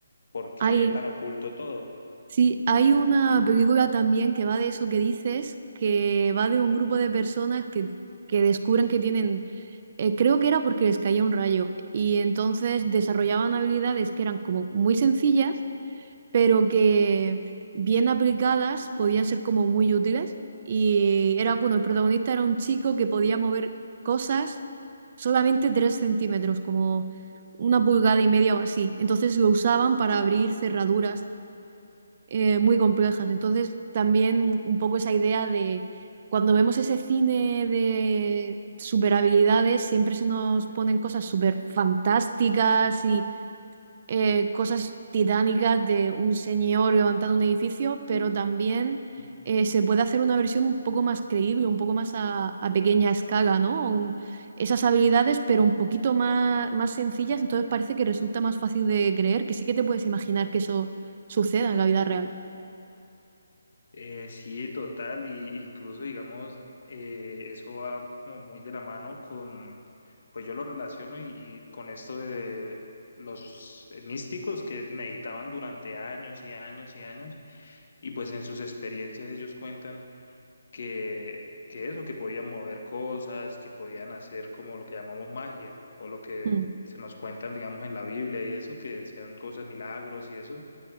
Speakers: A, on the left; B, on the right.
A: ¿por qué
B: hay,
A: tan oculto todo?
B: sí, hay una película también que va de eso que dices, que va de un grupo de personas que, que descubren que tienen, eh, creo que era porque les caía un rayo, y entonces desarrollaban
A: Ujú,
B: habilidades que eran como muy sencillas. pero que bien aplicadas podían ser como muy útiles. Y era, bueno, el protagonista era un chico que podía mover cosas solamente 3 centímetros, como una pulgada y media o así. Entonces lo usaban para abrir cerraduras eh, muy complejas. Entonces también un poco esa idea de cuando vemos ese cine de superhabilidades, siempre se nos ponen cosas súper fantásticas y eh, cosas titánicas de un señor levantando un edificio, pero también
A: ok.
B: eh, se puede hacer una versión un poco más creíble, un poco más a, a pequeña escala, ¿no? Un- esas habilidades, pero un poquito más, más sencillas, entonces parece que resulta más fácil de creer, que sí que te puedes imaginar que eso suceda en la vida real.
A: Eh, sí, total, y incluso digamos, eh, eso va como muy de la mano con, pues yo lo relaciono y, y con esto de los místicos que meditaban durante años y años y años, y pues en sus experiencias ellos cuentan que, que eso, que podían mover cosas, que podían hacer como lo que llamamos magia, o lo que
B: Mm.
A: se nos cuentan, digamos, en la Biblia y eso, que decían cosas, milagros y eso